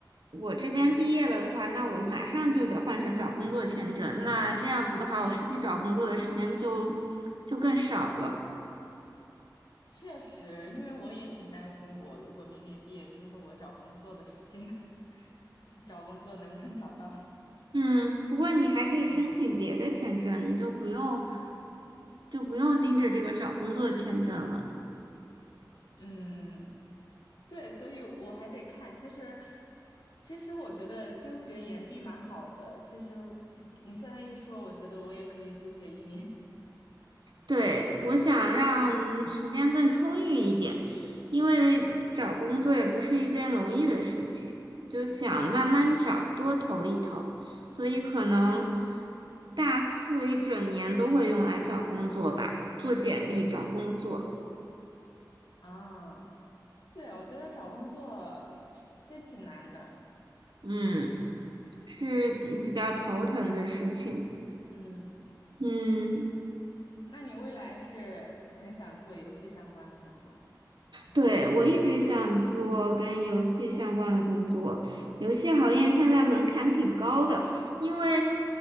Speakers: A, on the right (about 75°); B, on the left (about 70°).
A: 我这边毕业了的话，那我马上就得换成找工作签证。那这样子的话，
B: 嗯
A: 我实际找工作的时间就就更少了。
B: 确实，因为我也挺担心，我如果明年毕业之后，我找工作的时间，<laughs> 找工作能不能找到？
A: 嗯，不过你还可以申请别的签证，
B: 嗯
A: 你就不用就不用盯着这个找工作签证了。
B: 嗯，对，所以我还得看。其实，其实我觉得休学延毕蛮好的。其实嗯你现在一说，我觉得我也可以休学一年
A: 对，我想让时间更充裕一点，因为找工作也不是一件容易的事情，就想慢慢找，多投一投，所以可能大四一整年都会用来找工作吧，做简历、找工作，
B: <laughs> 啊。对，我觉得找工作 <tsk> 真挺难的。
A: 嗯，是比较头疼的事情，
B: 嗯，
A: 嗯。
B: 那你未来是很想做游戏相关的工作吗？
A: 对，我一直想做跟游戏相关的工作，游戏行业现在门槛挺高的，因为，